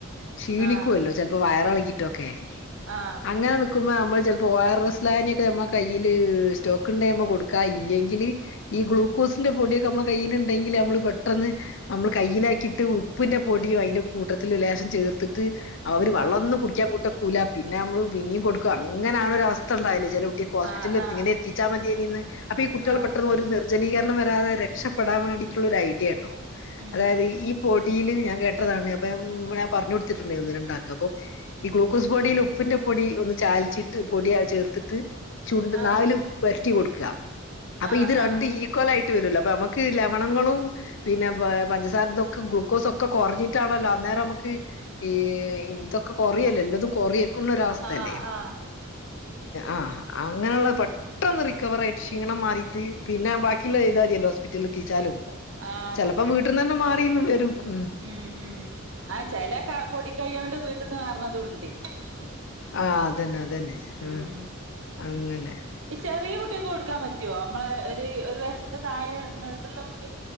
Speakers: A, on the left; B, on the right.
A: ക്ഷീണികോലോ
B: ആഹ്
A: ചെലപ്പോ വയറളകീട്ടൊക്കെ
B: ആഹ്
A: അങ്ങനെ നിക്കുമ്പോ നമ്മൾ ചെൽപ്പോ ഒ ആർ എസ് ലായനിക്കെ നമ്മളെ കയ്യില് സ്റ്റോക്ക് ഉണ്ട നമ്മ കൊടുക്കാ ഇല്ലെങ്കില് ഈ ഗ്ലൂക്കോസിന്റെ പൊടിയൊക്കെ നമ്മളെ കയ്യിൽണ്ടെങ്കിൽ നമ്മള് പെട്ടെന്ന് നമ്മള് കയ്യിലാക്കിയിട്ട് ഉപ്പിന്റെ പൊടിയും അയിന്റെ കൂട്ടത്തില് ലേശം ചേർ ട്ട്ത്ത് അവര് വള്ളൊന്ന്
B: ആഹ്
A: കുടിക്ക്യാം കൂട്ട കൂല പിന്നെ ഞമ്മള് പിന്നിയും കൊടുക്കും അങ്ങനാവ്ണ ഒരു അവസ്ഥ ഇണ്ടാവില്ലെ ചെല കുട്ടിയാക്ക് ഹോസ്പിറ്റലിൽ
B: ആഹ്
A: എത്തി
B: ആഹ്
A: ചിച്ചാ മതി അതിൽ നിന്ന് അപ്പൊ ഈ കുട്ടികൾ
B: ആഹ്
A: പെട്ടെന്ന് ഒരു ജനീകരണം വരാതെ രക്ഷപ്പെടാൻ വേണ്ടിയിട്ടുള്ള ഒരു ഐഡിയ ട്ടോ
B: ഉം
A: അതായത് ഈ പോടിയിൽ ഞാൻ കേട്ടതാണ്, അപ്പൊ ഞാൻ പറഞ്ഞ കൊടുത്തിട്ടുണ്ട് ഒന്ന് രണ്ടാൾക്ക് അപ്പൊ ഈ ഗ്ലൂക്കോസ് പൊടീല് ഉപ്പിന്റെ പൊടി ഒന്ന് ചാൽച്ചിട്ട് പൊടിഅത് ചേർത്ത്ട്ട്. ചുണ്ട്
B: ആഹ്
A: നാവില് പെരട്ടി കൊടുക്ക അപ്പൊ
B: ആഹ്
A: ഇത് രണ്ട്
B: ആഹ്
A: ഈ ക്കലായിട്ട് വരുല്ലോ, അപ്പൊ നമുക്ക് ലവണങ്ങളും. പിന്നെ പഞ്ചസാരൊക്കെ ഗ്ലൂക്കോസ് ഒക്കെ കുറഞ്ഞിട്ടാണല്ലോ അന്നേരം നമുക്ക് ഈ ഇതൊക്കെ കൊറയല്ലേ എല്ലതും കൊറയുന്ന ഒരവസ്ഥയല്ലേ.
B: ആഹ് ആഹ്
A: ആഹ് അങ്ങനെയുള്ള പെട്ടെന്ന് റിക്കവർ ആയിട്ട് ക്ഷീണം മാറിയിട്ട് പിന്നെ ബാക്കിയുള്ള ചെയ്താ മതിയല്ലോ ഹോസ്പിറ്റലിൽ എത്തിച്ചാലും.
B: ആഹ്
A: ചെലപ്പോ
B: മതി
A: വീട്ടിൽന്ന്
B: അതന്നെ
A: തന്നെ മാറിന്നും വരും ഉം
B: ഉം ഉം ആ ചെല പൊടികൈക്കൊണ്ട് വീട്ടിൽന്ന് മാറന്നതും ഉണ്ട്
A: ആഹ അതന്നെ അതന്നെ ആഹ
B: ഉം
A: അങ്ങനെ
B: ഈ ചെറിയ കുട്ടികൾക്ക് കൊടുക്കാൻ പറ്റുവോ, നമ്മളെ ഒരു ഒരു വയസിന്റെ താഴെട്ടോട്ടുള്ള കുട്ടിക